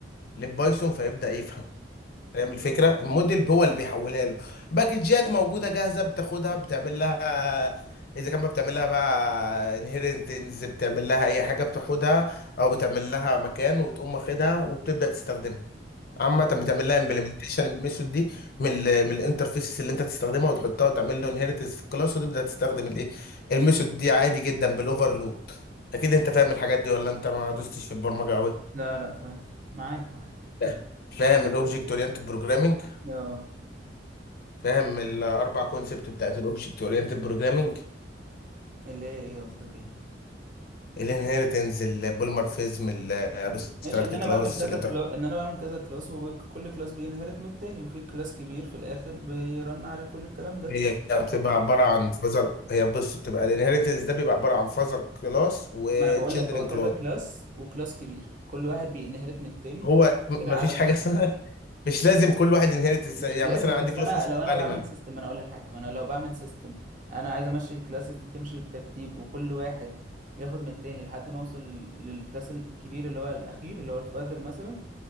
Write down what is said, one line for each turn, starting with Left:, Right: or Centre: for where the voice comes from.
Left: للبايثون فيبدا يفهم فاهم الفكره الموديل هو اللي بيحولها له باكجات موجوده جاهزه بتاخدها بتعمل لها اذا كان بقى بتعمل لها بقى انهيرنتنز بتعمل لها اي حاجه بتاخدها او بتعمل لها مكان وتقوم واخدها وبتبدا تستخدمها عامة
Right: ايوه
Left: بتعمل لها امبلمنتيشن الميثود دي من ال من الانترفيسز اللي انت تستخدمها وتحطها وتعمل له انهيرتنس في الكلاس وتبدا تستخدم الايه الميثود دي عادي جدا بالاوفرلود اكيد انت فاهم الحاجات دي ولا انت ما دوستش في البرمجه قوي
Right: لا لا فاهم معاك معاك
Left: فاهم فاهم الاوبجكت اورينتد بروجرامنج
Right: اه
Left: فاهم الاربع كونسبت بتاعت الاوبجكت اورينتد بروجرامنج
Right: اللي هي ايه قصدك ايه
Left: الانهيرتنس البوليمورفيزم الابستراكت
Right: ماشي ان انا
Left: كلاس
Right: بعمل كذا
Left: الانتر
Right: كلا... ان انا بعمل كذا كلاس وكل كلاس بينهرت من التاني وفي كلاس كبير في الاخر بيرن عليه كل الكلام ده
Left: هي
Right: صح
Left: بتبقى عباره عن فازر هي بص بتبقى الانهيرتنس ده بيبقى عباره عن فازر كلاس وتشيلدرن
Right: ما انا بقول لك هو كذا
Left: كلاس
Right: كلاس وكلاس كبير كل واحد بينهرت من التاني
Left: هو م-
Right: كتير
Left: مفيش
Right: على كلاس
Left: حاجه اسمها
Right: كبير
Left: <laughs> مش لازم كل واحد ينهرت
Right: مش
Left: يعني
Right: لازم
Left: مثلا عندي
Right: بس
Left: كلاس
Right: انا
Left: اسمه
Right: لو انا
Left: انيمال
Right: بعمل سيستم انا اقول لك حاجه ما انا لو بعمل سيستم انا عايز امشي الكلاسز دي تمشي بالترتيب وكل واحد ياخد من التاني لحد ما اوصل لل- للكلاس الكبير اللي هو الاخير اللي هو الفاذر مثلا